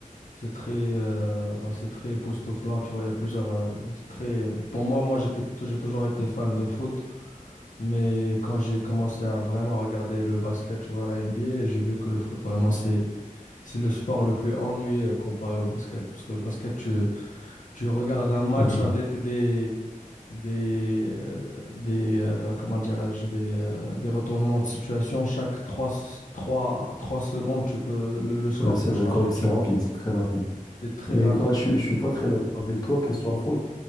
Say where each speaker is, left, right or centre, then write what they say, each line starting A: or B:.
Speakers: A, on the left; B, on the left.
A: C'est très, euh, ben, c'est très époustouflant, tu vois. Il y a plusieurs. euh, c'est très... Pour moi, moi, j'étais, j'ai toujours été fan de foot, mais quand j'ai commencé à vraiment regarder le basket, tu vois, la NBA, j'ai vu que le foot, vraiment, c'est, c'est le sport le plus ennuyeux comparé au basket. Parce que le basket, tu, tu regardes un match
B: <laughs>
A: avec des. des, euh, des euh, ben, comment dirais-je, des, euh, des retournements de situation. Chaque trois trois- trois secondes, tu peux, le le score
B: Ouais, c'est
A: peut
B: vrai,
A: changer,
B: quand même, c'est
A: tu vois.
B: rapide, c'est très rapide.
A: C'est très
B: Mais
A: rapide.
B: quand même, je, suis- je suis pas très d'accord avec toi, question faute.